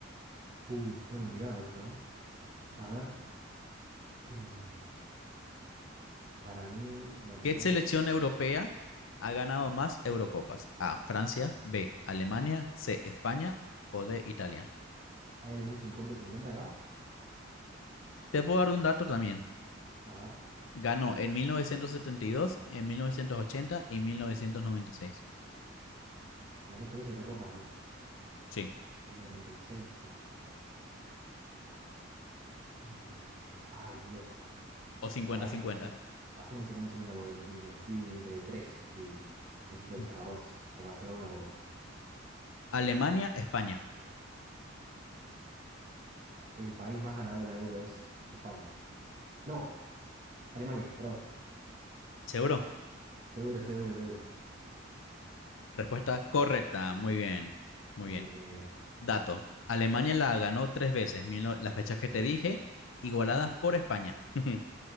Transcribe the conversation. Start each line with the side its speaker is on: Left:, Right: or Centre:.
Right: Uy, está complicada esta, ¿eh? A ver. Mm, Para mí, la que
Left: ¿Qué
Right: más...
Left: selección europea ha ganado más Eurocopas? A, Francia, B, Alemania, C, España o D, Italia.
Right: ¿Hay algún cincuenta cincuenta acá?
Left: Te puedo dar un dato también.
Right: A ver,
Left: Ganó en 1972, en 1980 y 1996.
Right: ganó tres Eurocopas nomás.
Left: Sí,
Right: En el 96 la ganó. Mm, Ay, Dios.
Left: o cincuenta-cincuenta.
Right: ¿Sabes que no sé? Hacemos un cincuenta 50 porque me estoy entre tres y necesito
Left: Mm.
Right: sacar dos. Sacar, sacar una por lo menos.
Left: Alemania, España.
Right: El país más ganador de la Euro es España. No, Alemania, perdón.
Left: ¿Seguro?
Right: Seguro, seguro, seguro.
Left: Respuesta correcta. Muy bien, muy
Right: Bien,
Left: bien.
Right: bien, bien.
Left: Dato. Alemania la ganó tres veces, mil no- las fechas que te dije, igualadas
Right: Ujú.
Left: por España. <laughs>